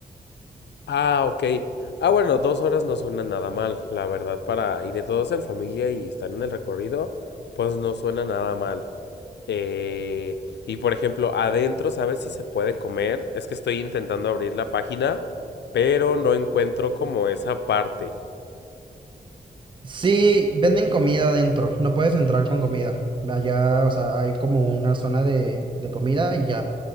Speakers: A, on the left; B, on the right.
A: Ah, ok. Ah, bueno, dos horas no suena nada mal, la verdad, para ir de todos en familia y estar en el recorrido, pues no suena nada mal. Eh, y por ejemplo, adentro, ¿sabes si se puede comer? Es que estoy intentando abrir la página, pero no encuentro como esa parte.
B: Sí, venden comida adentro. No puedes entrar con comida. Allá, o sea, hay como una zona de, de comida y ya.